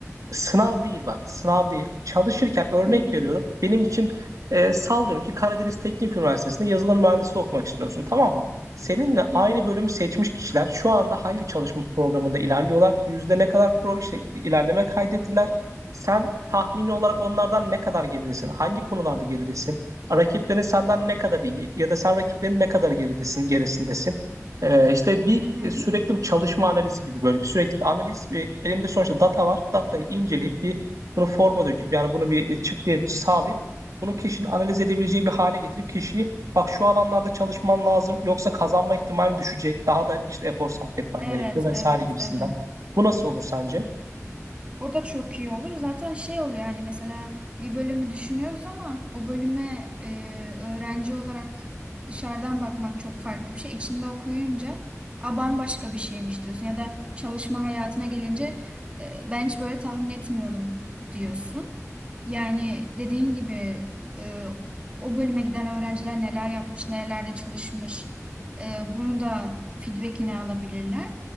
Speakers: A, on the right (about 80°); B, on the right (about 20°).
A: Sınav değil bak, sınav değil. Çalışırken örnek
B: Hı hı.
A: veriyorum. Benim için e, sallıyorum ki Karadeniz Teknik Üniversitesi'nde yazılım mühendisliği okumak istiyorsun, tamam mı? Seninle aynı
B: Hı hı.
A: bölümü seçmiş kişiler şu anda hangi çalışma programında ilerliyorlar? Yüzde ne kadar pro işte ilerleme kaydettiler? Sen tahmini olarak onlardan ne kadar geridesin? Hangi konularda geridesin? Rakiplerin senden ne kadar iyi ya da sen rakiplerin ne kadar geridesin, gerisindesin? Ee, işte bir
B: Hı hı.
A: e, sürekli bir çalışma analizi gibi böyle bir sürekli bir analiz ve elimde sonuçta data var. Datayı inceleyip bir bunu forma döküp yani bunu bir e, çıktıya sağlayıp bunu kişinin analiz edebileceği bir hale getirip kişiyi bak şu alanlarda çalışman lazım yoksa kazanma ihtimali düşecek. Daha da işte efor sarf etmen
B: Evet,
A: gerekiyor vesaire
B: evet,
A: gibisinden.
B: evet.
A: Bu nasıl olur sence?
B: O da çok iyi olur. Zaten şey oluyor yani mesela bir bölümü düşünüyoruz ama o bölüme e, öğrenci olarak dışarıdan bakmak çok farklı bir şey. İçinde okuyunca a bambaşka bir şeymiş diyorsun ya da çalışma hayatına gelince e, ben hiç böyle tahmin etmiyordum diyorsun. Yani dediğin gibi e, o bölüme giden öğrenciler neler yapmış, nerelerde çalışmış e, bunu da feedbackini alabilirler.